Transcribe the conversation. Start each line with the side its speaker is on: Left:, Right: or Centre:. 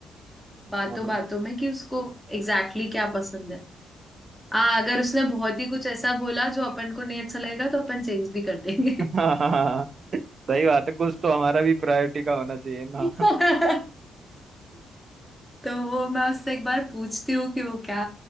Centre: बातों
Right: हाँ
Centre: बातों में कि उसको एग्जैक्टली exactly क्या पसंद है आ, अगर उसने बहुत ही कुछ ऐसा बोला जो अपन को नहीं अच्छा लगेगा तो अपन चेंज भी कर देंगे
Right: हाँ, हाँ, <laughs> सही बात है कुछ तो हमारा भी प्रायोरिटी का होना चाहिए ना
Centre: <laughs> तो वो मैं उससे एक बार पूछती हूँ कि वो क्या